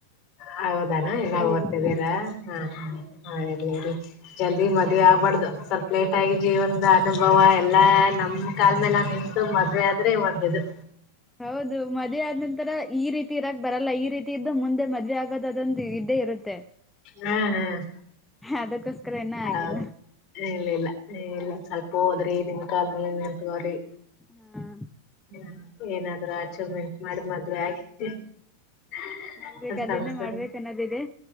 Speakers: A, on the left (about 40°); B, in the centre.
A: ಹೌದಣ ಇನ್ನಾವ್
B: ಇದ್ದೀವಿ
A: ಓದ್ತಿದಿರಾ
B: ಹಾ
A: ಹ
B: ಹಾ
A: ಹ
B: ಓದ್ತಾ ಇದ್ದೀವಿ
A: ಇರ್ಲಿ ಇರ್ಲಿ ಜಲ್ದಿ ಮದ್ವೆ ಆಗ್ಬಾರ್ದು ಸ್ವಲ್ಪ ಲೇಟ್ ಆಗಿ ಜೀವನ್ದ ಅನುಭವ ಎಲ್ಲಾ ನಮ್ ಕಾಲ ಮೇಲೆ ನಾವ್ ನಿಂತು ಮದ್ವೆ ಆದ್ರೆ ಒಂದು ಇದು.
B: ಹೌದು ಮದ್ವೆ ಆದ್ ನಂತರ ಈ ರೀತಿ ಇರಕ್ ಬರಲ್ಲ ಈ ರೀತಿ ಇದ್ದು ಮುಂದೆ ಮದ್ವೆ ಆಗದ ಅಗೋದದಂತ ಇದ್ದೇ ಇರುತ್ತೆ.
A: ಹ್ಮ್ ಹ್ಮ್
B: ಅದಕ್ಕೋಸ್ಕರ ಇನ್ನ
A: ಹೌದು
B: ಆಗಿಲ್ಲ
A: ಇಲ್ಲಿಲ್ಲ ಇಲ್ಲ. ಸ್ವಲ್ಪ ಓದ್ರಿ ನಿನ್ ಕಾಲ್ ಮೇಲೆ ನೀನ್ ನಿಂತ್ಕೋರಿ.
B: ಹಾ
A: ಹ ಏನಾದ್ರೂ ಅಚೀವ್ಮೆಂಟ್ ಮಾಡಿ ಮದ್ವೆ ಆಗಿ <unintelligible>
B: ನೋಡ್ಬೇಕ ಅದನ್ನೇ ಮಾಡ್ಬೇಕ ಅನ್ನೋದಿದೆ